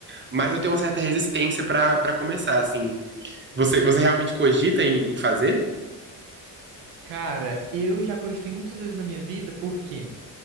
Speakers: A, on the right; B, on the right.
A: mas eu tenho uma certa resistência pra para começar, assim. Você, você realmente cogita em, em fazer?
B: Cara, eu já cogitei muitas vezes na minha vida, porque